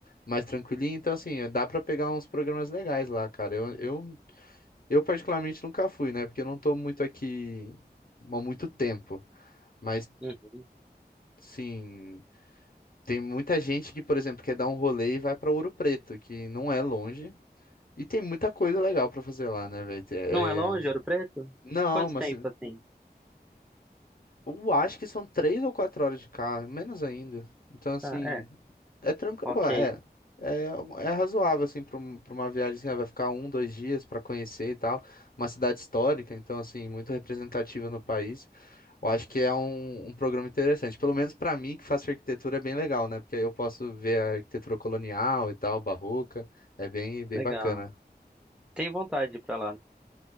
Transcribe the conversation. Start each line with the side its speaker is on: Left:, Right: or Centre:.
Left: mais tranquilinho. Então, assim, dá pra pegar uns programas legais lá, cara. Eu, eu, eu particularmente nunca fui, né? Porque eu não tô muito aqui há muito tempo. Mas,
Centre: Uhum.
Left: sim, tem muita gente que, por exemplo, quer dar um rolê e vai pra Ouro Preto, que não é longe. E tem muita coisa legal pra fazer lá, né, velho? Tem- é-
Centre: Não é longe, Ouro Preto?
Left: Não,
Centre: Quanto
Left: mas
Centre: tempo, assim?
Left: Eu acho que são três ou quatro horas de carro, menos ainda. Então, assim,
Centre: Ah, é,
Left: é tranquilo,
Centre: ok,
Left: é, é, é razoável, assim, para uma viagem, assim, ah, vai ficar um, dois dias para conhecer e tal. Uma cidade histórica, então, assim, muito representativa no país. Eu acho que é um, um programa interessante. Pelo menos para mim, que faço arquitetura, é bem legal, né? Porque aí eu posso ver a arquitetura colonial e tal, barroca. É bem, bem
Centre: legal.
Left: bacana.
Centre: Tem vontade de ir pra lá.